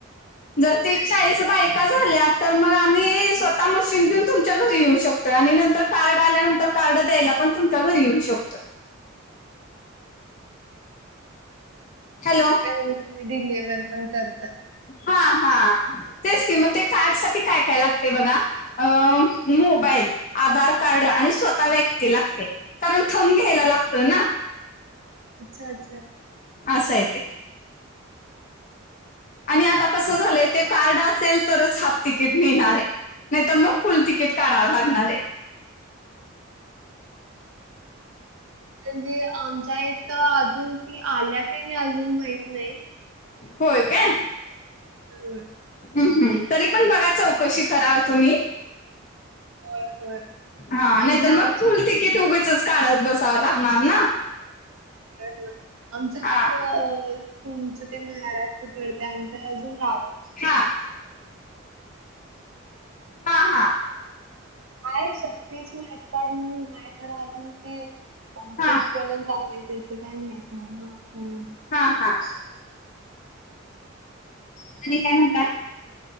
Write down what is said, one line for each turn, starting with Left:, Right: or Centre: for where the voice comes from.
Left: जर
Right: होय
Left: तीस,
Right: काय
Left: चाळीस बाईक, झाल्या तर मग आम्ही, स्वतः मशीन घेऊन तुमच्या घरी येऊ शकतोय, आणि नंतर कार्ड आल्यानंतर कार्ड द्यायला पण, तुमच्या घरी येऊ शकतं.
Right: <unintelligible>
Left: हॅलो
Right: तुम्ही डिलेव्हर पण कर
Left: हा हा तेच कि म ते कार्ड साठी, काय काय लागते बघा, अ मोबाईल, आधार कार्ड, आणि स्वतः व्यक्ती लागते. कारण, थंम घ्यायला लागतो ना,
Right: अच्छा, अच्छा,
Left: असं आहे ते, आणि आता
Right: अच्छा.
Left: कसं झालंय ते, कार्ड असेल तरच, हाफ तिकीट मिळणार आहे, नाही तरर मग फुल तिकीट काढाव लागणार आहे.
Right: म्हणजे आमच्या इथं, अजून ती आल्या की, नाही अजून माहित नाही.
Left: होय काय,
Right: होय,
Left: ह् हम्, तरी पण बघा, चौकशी कराव तुम्ही.
Right: होय, होय,
Left: हा
Right: म्हणजे
Left: नाहीतर मग,
Right: आमचं
Left: फुल तिकीट उगीचच काढत बसावं लागणार ना.
Right: हो आमचं
Left: हा
Right: कसं, तुमचं ते महाराष्ट्र पडते, आमच्या अजून ग,
Left: हा, हा, हा,
Right: आहे शक्तीस माहिती पण मी <unintelligible> खरं अजून ते, पण
Left: हा
Right: खूठपर्यंत आले, त्याच काही माहित नाही ना्,
Left: हा, हा, <unintelligible> काय म्हतत,